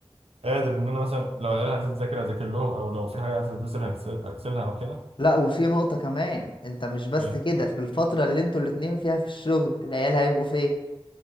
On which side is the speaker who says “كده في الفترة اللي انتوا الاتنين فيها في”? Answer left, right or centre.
Left